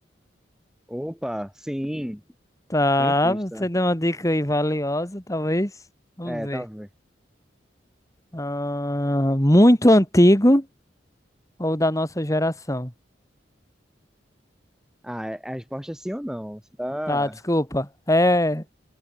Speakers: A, in the centre; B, on the left (about 20°).
A: Opa, sim,
B: Tá,
A: cientista.
B: você deu uma dica aí valiosa, talvez. Vamos
A: É,
B: ver.
A: tá vendo?
B: Ah, muito antigo ou da nossa geração?
A: Ah, é- a resposta é sim ou não? Você tá.
B: Tá, desculpa. É